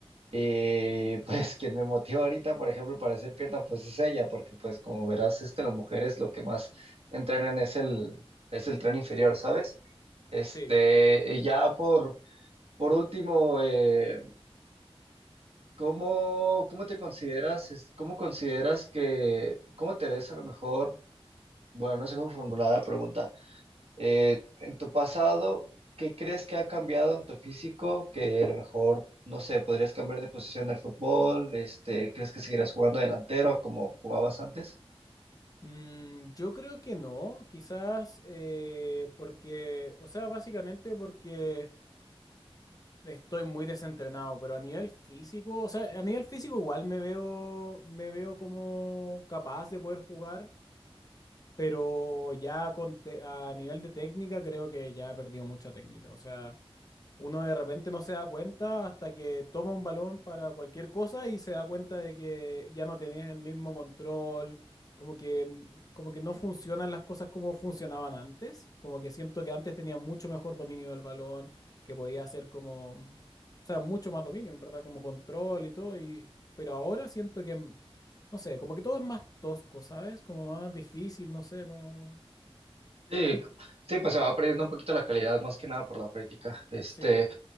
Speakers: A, on the right (about 75°); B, on the left (about 35°).
A: Y <laughs> pues quien me motiva ahorita, por ejemplo, para hacer pierna, pues es ella, porque pues como verás, este, las mujeres lo que más entrenan es el, es el tren inferior, ¿sabes? Este,
B: Sí.
A: y ya por, por último, eh, ¿cómo, cómo te consideras, es- cómo consideras que, cómo te ves a lo mejor? Bueno, no sé cómo formular la pregunta. Eh, en tu pasado, ¿qué crees que ha cambiado en tu físico? Que a lo mejor, no sé, podrías cambiar de posición en el fútbol, este, ¿crees que seguirás jugando delantero como jugabas antes?
B: Mm, yo creo que no, quizás eh, porque, o sea, básicamente porque estoy muy desentrenado, pero a nivel físico, o sea, a nivel físico igual me veo, me veo como capaz de poder jugar, pero ya con te- a nivel de técnica creo que ya he perdido mucha técnica, o sea... Uno de repente no se da cuenta hasta que toma un balón para cualquier cosa y se da cuenta de que ya no tenías el mismo control, como que, como que no funcionan las cosas como funcionaban antes, como que siento que antes tenía mucho mejor dominio del balón, que podía hacer como, o sea, mucho más dominio, en verdad, como control y todo, y, pero ahora siento que, no sé, como que todo es más tosco, ¿sabes? Como más difícil, no sé, como...
A: Sí, sí, pues se va perdiendo un poquito la calidad, más que nada por la práctica. Este,
B: Sí,